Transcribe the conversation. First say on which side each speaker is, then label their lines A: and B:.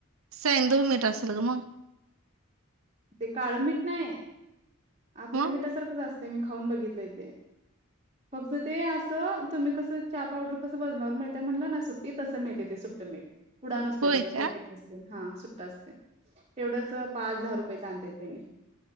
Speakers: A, on the right (about 75°); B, on the right (about 30°).
A: संधव मीठ असलं ग मग.
B: ते काळं मीठ नाही, आपल्या
A: मग
B: मिठासारखंचं अस ते मी खाऊन बघितलंय ते. फक्त ते असं तुम्ही कसं चहा पावडर कसं वजनावर मिळते म्हणलं, ना सुट्टी तस मिळतयं ते सुट्ट मीठ. पुडा नसतो,
A: होय
B: त्याच
A: का
B: पॅकेट नसते हा सुट्टा असतयं. तेवढंच पाच दहा रुपयेच आणत तेनी.